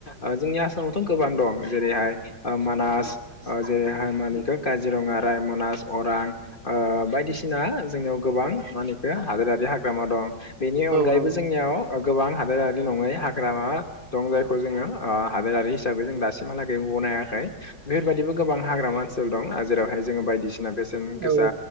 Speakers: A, on the left; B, on the right.
A: ओ जोंनि आसामावथ' गोबां दं जेरैहाय ओ मानास ओ जेरैहाय मानिखौ काजिरङा रायमनास अरां ओ बायदिसिना जोंनाव गोबां मा होनो बेखौ हादोरारि हाग्रामा दं बेनि अनगायैबो
B: औ नंगौ
A: जोंनियाव गोबां हादोरारि नङै हाग्रामा दं जायखौ जोङो ओ हादोरारि हिसाबै जों दासिमहालागै गनायाखै। बेफोरबायदिबो गोबां हाग्रामा ओनसोल दं जेरावहाय जोङो बायदिसिना बेसेन गोसा
B: औ